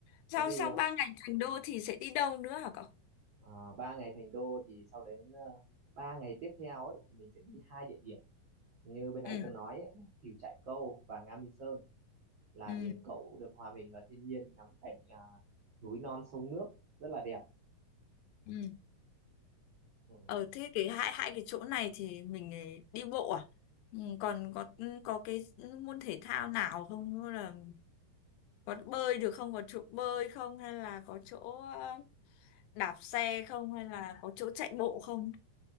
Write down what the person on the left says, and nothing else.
Sau
sau ba ngày thành đô thì sẽ đi đâu nữa hả cậu?
Ừ.
Ừ.
Ừ.
Ở thế cái hai hai cái chỗ này thì mình ấy đi bộ à? Ừ, còn có ừ, có cái môn thể thao nào không như là có bơi được không có chỗ bơi không hay là có chỗ ờ, đạp xe không hay là có chỗ chạy bộ không?